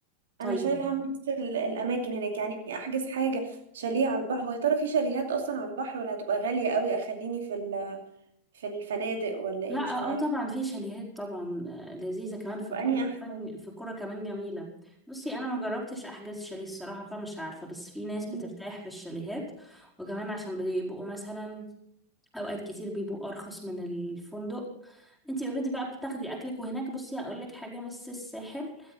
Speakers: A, in the centre; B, on the right.
A: طيب
B: انا شايله هم بس ال- الاماكن هناك يعني احجز حاجه شاليه على البحر هو يا ترى في شاليهات اصلا على البحر ولا هتبقى غاليه قوي اخليني في ال- في الفنادق ولا
A: لا
B: ايه مش عارفه
A: اه طبعا في شاليهات طبعا آه، لذيذه كمان في
B: طب
A: كوره
B: انهي احسن
A: كمان في كوره كمان جميله بصي انا ما جربتش احجز شاليه الصراحه فمش عارفه بس في ناس بترتاح
B: مم.
A: في الشاليهات وكمان عشان بيبقوا مثلا اوقات كتير بيبقوا ارخص من الفندق انتي اوريدي بقى بتاخدي اكلك وهناك بصي هقول لك حاجه بس الساحل